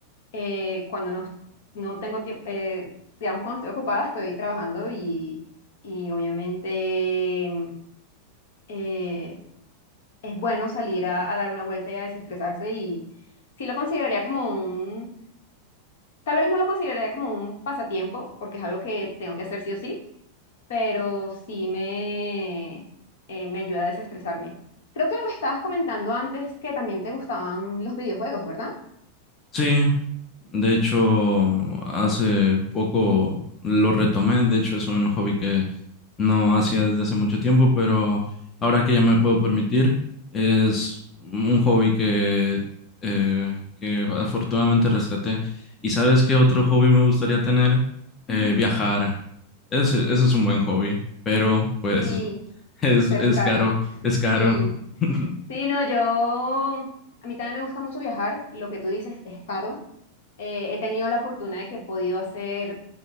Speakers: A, on the left; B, on the left.
A: eh, cuando no, no tengo tiempo, eh, digamos, cuando estoy ocupada, estoy trabajando y, y obviamente mm, eh, es bueno salir a, a dar una vuelta y a desestresarse y sí lo consideraría como un, tal vez no lo consideraría como un pasatiempo, porque es algo que tengo que hacer sí o sí, pero sí me, eh, me ayuda a desestresarme. Creo que me estabas comentando antes que también te gustaban los videojuegos, ¿verdad?
B: Sí, de hecho, hace poco lo retomé. De hecho, es un hobby que no hacía desde hace mucho tiempo, pero ahora que ya me puedo permitir, es un hobby que, eh, que afortunadamente rescaté. ¿Y sabes qué otro hobby me gustaría tener? Eh,
A: Ujú.
B: viajar. Ese, ese es un buen hobby, pero pues
A: Sí,
B: <laughs> es,
A: espero
B: es
A: es caro.
B: caro, es caro.
A: Sí.
B: <laughs>
A: Sí, no, yo, a mí también me gusta mucho viajar, lo que tú dices es caro. Eh, he tenido la fortuna de que he podido hacer